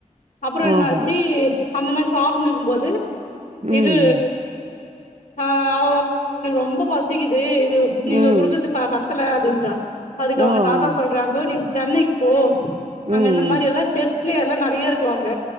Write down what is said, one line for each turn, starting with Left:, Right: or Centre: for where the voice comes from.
Left: அப்றோ என்னாச்சி
Right: ஓஹோ!
Left: அந்த மாரி சாப்ணிக்கும்போது
Right: ம்,
Left: இது
Right: ம்.
Left: ஆ அவ எனக்கு ரொம்ப பசிக்குது இது
Right: ம்.
Left: நீங்க குடுக்கது ப பத் த்துல அப்டின்றா அதுக்கு
Right: ஓ!
Left: அவுங்க
Right: ஓ!
Left: தாத்தா சொல்றாங்கோ நீ சென்னைக்கு போ
Right: ம்,
Left: அங்க இந்த மாரி
Right: ம்.
Left: எல்லா செஸ் ப்ளேயர்ல்லா நெறைய இருக்குவாங்க